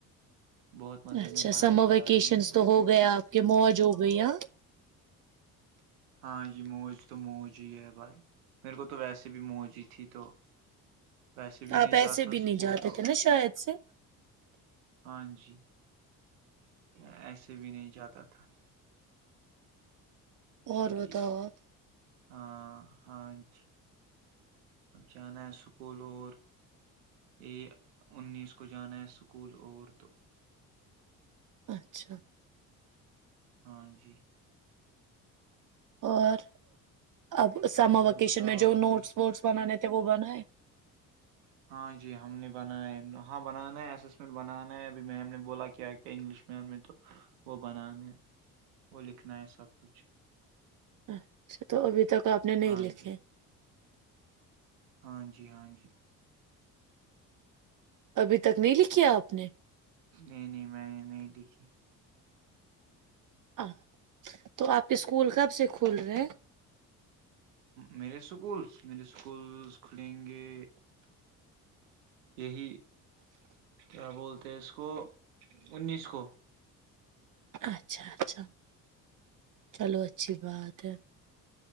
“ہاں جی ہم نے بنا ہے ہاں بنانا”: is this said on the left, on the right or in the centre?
Right